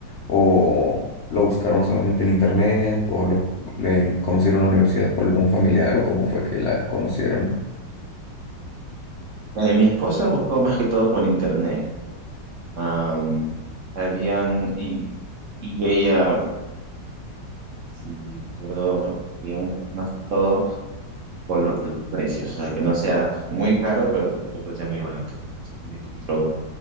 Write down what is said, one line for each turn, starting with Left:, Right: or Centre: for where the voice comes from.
Left: o lo buscaron solamente en internet, o lo, le conocieron la universidad por algún familiar, o cómo fue que la conocieron.
Right: Eh, mi esposa buscó más que todo por internet. Am, habían, y, y ella, si recuerdo bien, más que todo. con lo- los precios, o sea, que no sea muy caro, pero que tampoco sea muy barato, ¿no? Entonces me encontró